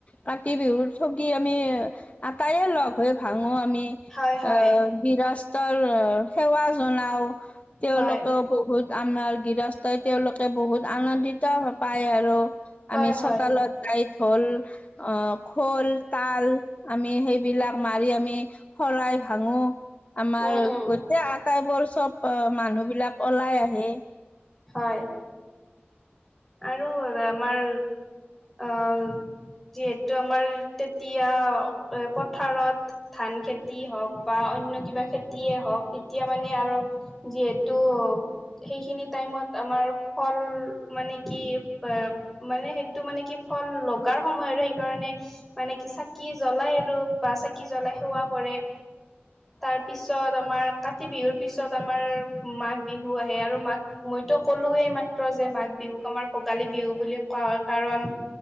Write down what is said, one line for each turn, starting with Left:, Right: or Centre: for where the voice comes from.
Left: কাতি বিহুত ঠগী আমি আটায়ে লগ হৈ ভাঙো আমি।
Centre: হয় হয়
Left: আহ গৃহস্থৰ সেৱা জনাও তেওঁলোকেও
Centre: হয়,
Left: বহুত আমাৰ গৃহস্থই তেওঁলোকে বহুত আনন্দিত পায় আৰু
Centre: হয়,
Left: আমি চোতালত
Centre: হয়,
Left: টাইত হ'ল আহ খোল, তাল আমি সেইবিলাক মাৰি আমি শৰাই ভাঙো। আমাৰ
Centre: উম, উম,
Left: গোটেই আটাইবোৰ চব মানুহ বিলাক ওলাই আহে।
Centre: হয়। আৰু আমাৰ আহ যিহেতু আমাৰ তেতিয়াও পথাৰত ধান খেতি হওক বা অন্য কিবা খেতিয়ে হওক তেতিয়া মানে আৰু যিহেতু সেইখিনি টাইমত আমাৰ ফল মানে কি এ মানে সেইটো মানে কি ফল লগাৰ সময় আৰু সেইকাৰণে মানে কি চাকি জ্বলাই আৰু চাকি জ্বলাই সেৱা কৰে। তাৰ পিছত আমাৰ কাতি বিহুৰ পিছত আমাৰ মাঘ বিহু আহে আৰু মাঘ বি মইতো ক'লো এইমাত্ৰ যে মাঘ বিহুক আমাৰ ভোগালী বিহু বুলি কোৱা হয় কাৰণ